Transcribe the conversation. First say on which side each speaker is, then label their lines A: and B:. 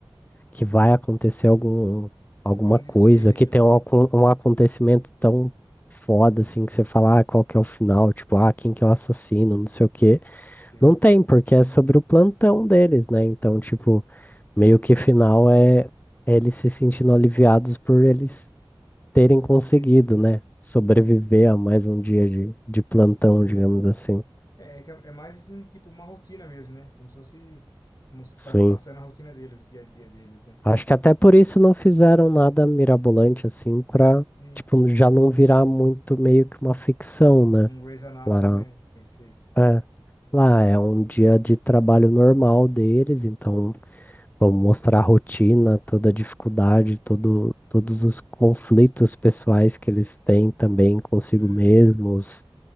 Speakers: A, on the left; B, on the left.
A: que vai acontecer algum,
B: Não
A: alguma
B: tem um desfecho,
A: coisa, que tem
B: assim.
A: um, acon- um acontecimento tão foda assim que você fala, ah, qual que é o final, tipo, ah, quem que é o assassino, não sei o quê.
B: Sei,
A: Não tem, porque é sobre o plantão deles, né? Então, tipo, meio que final é é eles se sentindo aliviados por eles terem conseguido,
B: sei, sei,
A: né? Sobreviver
B: sei.
A: a mais um dia de, de plantão,
B: sei.
A: digamos assim.
B: É, é, que é é mais, assim, tipo, uma rotina mesmo, né? Como se fosse mos- pa-
A: Sim.
B: passando a rotina deles, o dia a dia deles, né?
A: Acho que até por isso não fizeram nada mirabolante assim pra,
B: Sim.
A: tipo, já não virar muito meio que uma ficção, né?
B: Um Grey's Anatomy,
A: Lá,
B: né? Pensei.
A: é, lá
B: É.
A: é um dia de trabalho normal deles, então vamos mostrar a rotina, toda a dificuldade, todo, todos os conflitos pessoais que eles têm também consigo
B: Uhum.
A: mesmos,